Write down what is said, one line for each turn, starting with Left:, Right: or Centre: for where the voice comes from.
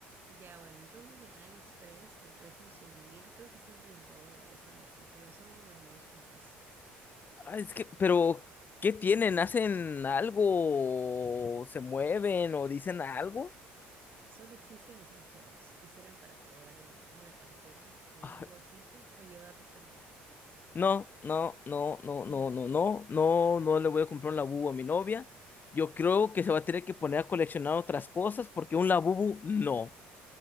Right: Ya, bueno, entonces en AliExpress lo puedes conseguir, creo que son 10 dólares, algo así, pero son, bueno, los chafas.
Left: Ah, es que, pero,
Right: Mm.
Left: ¿qué tienen? ¿Hacen algo? ¿Se mueven o dicen algo?
Right: Solo existen y son feos. Hicieran para colgar en una cartera o
Left: Ah,
Right: en un bolsito o llevarlos contigo.
Left: no, no, no, no, no,
Right: <laughs>
Left: no, no, no, no le voy a comprar un labubu a mi novia. Yo creo que se va a tener que poner a coleccionar otras cosas porque un labubu no.